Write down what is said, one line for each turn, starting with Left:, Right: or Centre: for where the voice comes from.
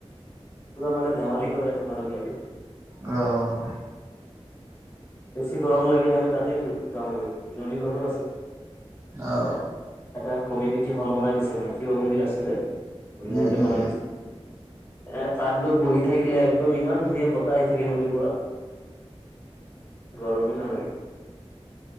Left: মানে ধেমালি কৰে মানুহ বিলাকে।
Right: অ'।
Left: বেছি গৰম লাগিলে আমি তাতে যাওগৈ জিৰণি ঘৰো আছে।
Right: আহ
Left: এটা কমিউনিটি হ'ল বনাই দিছে মানে শিৱ মন্দিৰ আছে যে। ধুনীয়াকে
Right: উম উম
Left: বনাই দিছে, এ, তাত গৈ বহি থাকিলে। একদম ইমান ধুনীয়া বতাহ আহি থাকে, নদীৰ পৰা। গৰমেই নালাগে।